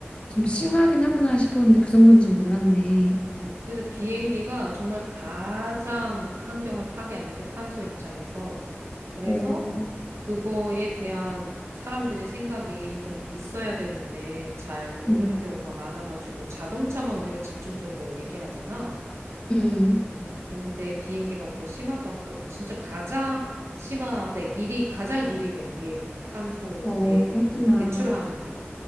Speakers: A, on the left; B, on the right.
A: 좀 심하긴 하구나 싶었는데 그 정도인지 몰랐네.
B: 음, 그래서 비행기가 정말 가장 환경을 파괴한다. 그 탄소 입장에서. 그래서
A: 어,
B: 그거에 대한 사람들이 생각이 좀 있어야 되는데 잘 모르는
A: 음,
B: 경우가 많아가지고 자동차만 우리가 집중적으로 얘기하잖아.
A: 음,
B: 음, 그런데 비행기가 더 심하다고. 진짜 가장 심하대. 일이 가장 일이래 위에 탄소에
A: 어, 그렇구나.
B: 그 배출하는 게.